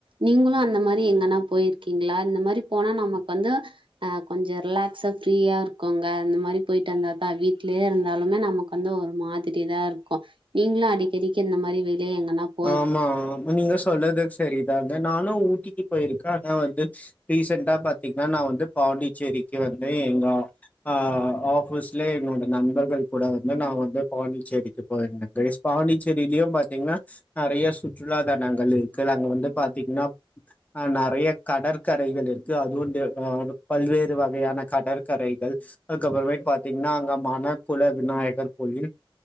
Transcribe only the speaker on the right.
நீங்குளு அந்த மாரி எங்கனா போய்ர்க்கிங்களா இந்த மாரி போனா நமக்கு வந்து அஹ் கொஞ்ச ரிலாக்ஸா ஃப்ரீயா இருக்குங்க இந்த மாரி போயிட்டு வந்தாதா வீட்லெயே இருந்தாலுமே நமக்கு வந்து ஒரு மாதிரி தா இருக்கு நீங்குளு அடிக்கடிக்க இந்த மாதிரி வெ தே எங்கனா போ